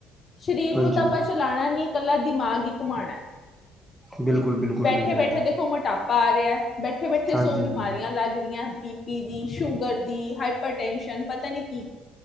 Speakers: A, on the left; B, in the centre.
A: ਸਰੀਰ
B: ਹਾਂਜੀ
A: ਨੂੰ ਤਾਂ ਆਪਾਂ ਚਲਾਣਾ ਨੀ ਇਕੱਲਾ ਦਿਮਾਗ ਈ ਘੁਮਾਣਾ
B: ਬਿਲਕੁਲ ਬਿਲਕੁਲ
A: ਬੈਠੇ-
B: ਬਿਲਕੁਲ
A: ਬੈਠੇ ਦੇਖੋ ਮੋਟਾਪਾ ਆ ਰਿਹਾ। ਬੈਠੇ-ਬੈਠੇ
B: ਹਾਂਜੀ
A: ਸੌ ਬਿਮਾਰੀਆਂ
B: ਹਾਂਜੀ
A: ਲੱਗ ਰਹੀਆਂ ਕੀ ਬੀ ਪੀ ਦੀ, ਸ਼ੂਗਰ ਦੀ, ਹਾਈਪਰਟੈਸ਼ਨ, ਪਤਾ ਨੀ ਕੀ